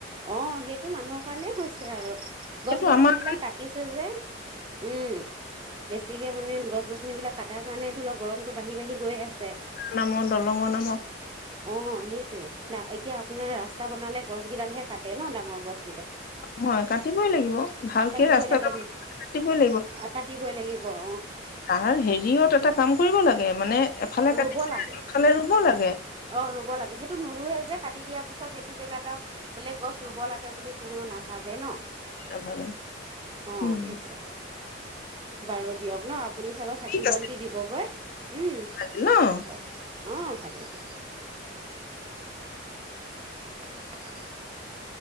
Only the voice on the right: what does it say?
অ'! সেইটো মানুহৰ কাৰণেই হৈছে আৰু গছ
গছনি
বিলাক কাটিছে যে, উম, বেছিকে মানে, গছ গছন বিলাক কাটাৰ কাৰণে, এইটো ধৰি ল' গৰমতটো বাঢ়ি বাঢ়ি গৈ আছে।
অ'! সেইটৱে, এতিয়া আপোনাৰ ৰাস্তা বনালে গছ গেইডালহে কাটে ন' ডাঙৰ গছ
কাটিবই
লাগে
কাটিবই লাগিব অ
ৰুব লাগে
অ'! ৰুব লাগে। সেইটো নোৰোৱে যে, কাটি দিয়া পিছত। সেইটো জেগাত আও বেলেগ গছ ৰুব লাগে বুলি কোনেও নাজ ভালে ন'?
অ'!
সেইটোৱে। বাৰু দিয়ক। ন' আপুনি চাগৈ চাকি
বন্তি
দিবগৈ। উম!
হ'ব দিয়া। অ'! ভালে দিয়া! <unintelligible>